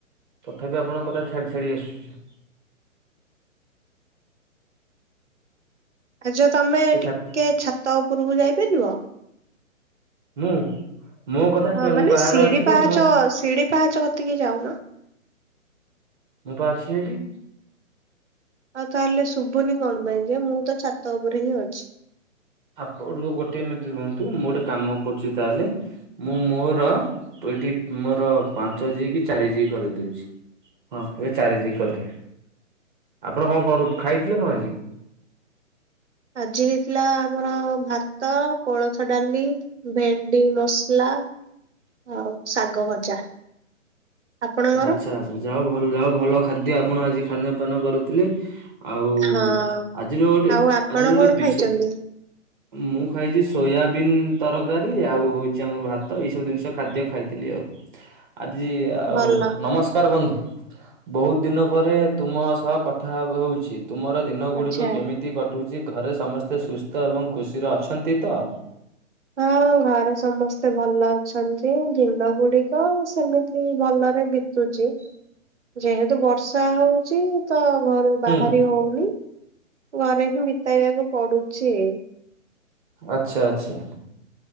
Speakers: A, on the right; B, on the right.
A: ତଥାପି ଆପଣଙ୍କ କଥା ଛାଡି ଛାଡି ଆସୁଛି।
B: ଆଜ୍ଛା ତମେ
A: ଏ
B: ଟିକେ
A: ଛାତ
B: ଛତ ଉପୁରକୁ ଯାଇପାରିବ
A: ମୁଁ! ମୋ କଥା କ୍ଲିୟର
B: ହଁ ମାନେ
A: ମୁଁ ବାହାରେ
B: ସିଢି
A: ଅଛି ବା
B: ପାହାଚ
A: ମୋ
B: ସିଡି ପାହାଚ କତିକି ଯାଉନ।
A: ମୁଁ ପାଛିଠି।
B: ଆଉ ତାହେଲେ ଶୁଭୁନି କଣ ପାଇଁ ଯେ ମୁଁ ତ ଛାତ ଉପରେ ହିଁ ଅଛି।
A: ଆପଣ ଗୋଟେ ଏମିତି କୁହନ୍ତୁ ମୁଁ ଗୋଟେ କାମ କରୁଛି ତାହେଲେ ମୁଁ ମୋର ଏଠି ମୋର ପାଞ୍ଚ ଜି କି ଚାରି ଜି କରିଦଉଛି। ହଁ ଏବେ ଚାରିଜ କଲି ଆପଣ କଣ କରୁ ଖାଇଥିଲେ କଣ ଆଜି?
B: ଆଜି ହେଇଥିଲା ଆମର ଭାତ କୋଳଥ ଡାଲି ଭେଣ୍ଡି ମସଲା
A: <inaudible>
B: ହଉ ଶାଗ ଭଜା। ଆପଣଙ୍କର?
A: ଆଚ୍ଛା ଆଚ୍ଛା ଯାହା ଭଲ ଯାହା ଭଲ ଖାଦ୍ୟ ଆପଣ ଆଜି ଖାନପାନ କରୁଥିଲେ। ଆଉ
B: ହଁ
A: ଆଜିର ଗୋଟେ
B: ଆଉ ଆପଣ
A: ଆଜିର ଗୋଟେ
B: କଣ
A: ବିଷୟ
B: ଖାଇଛନ୍ତି?
A: ମୁଁ ଖାଇଛି ସୋୟାବିନ୍ ତରକାରୀ ଆଉ ହଉଛି ଆମ ଭାତ ଏଇ ସବୁ ଜିନିଷ ଖାଦ୍ୟ ଖାଇଥିଲି ଆଉ। ଆଜି ଆଉ
B: ଭଲ।
A: ନମସ୍କାର ବନ୍ଧୁ ବହୁତ ଦିନ ପରେ ତୁମ ସହ କଥା ହଉଚିତ ତୁମର ଦିନଗୁଡ଼ିକ
B: ଆଚ୍ଛା।
A: କେମିତି କଟୁଛି? ଘରେ ସମସ୍ତେ ସୁସ୍ଥ ଏବଂ ଖୁସିର ଅଛନ୍ତି ତ?
B: ହଁ ଘରେ ସମସ୍ତେ ଭଲ ଅଛନ୍ତି। ଗିନ ଗୁଡିକ ସେମିତି ଭଲରେ ବିତୁଛି ଯେହେତୁ ବର୍ଷା ହଉଚ ତ ଘରୁ ବାହାରି
A: ହୁଁ
B: ହଉନି ଅରେଖ ଭତବାଗ ପଡ଼ୁଛି।
A: ଆଛା ଆଛା।